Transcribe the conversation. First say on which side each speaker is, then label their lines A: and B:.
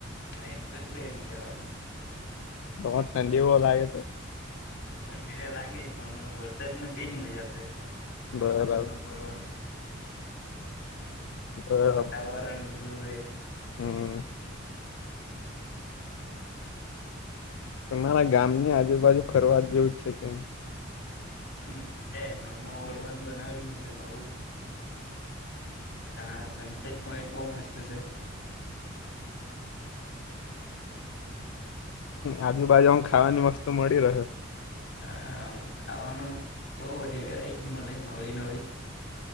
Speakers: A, on the left; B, on the left.
A: રેનકટ પન જવાનું.
B: બ ઠંડી બહ લાગે છે.
A: ઠંડી તો લાગે પણ વરસાદમાં તેજ મજાશે ચોમાસામાં
B: બરાબર
A: ફરવાની.
B: બરાબર
A: કોવાટા વાાર લ લ ભાઈ.
B: હમ. તમારા ગામ ની આજુબાજુ ફરવા જ જેવું જ છે કે.
A: હમ છે નવમાં વળવાન બનાવ્યું હશે નવું. હ સનસેટ પોઈન્ટ બહ મસ્ત છે.
B: આજુબાજુ આ ખાવાની વસ્તુ મળી રહે.
A: હા ખાવાનું બહ બધી વેરાયટી મળે નવી નવી.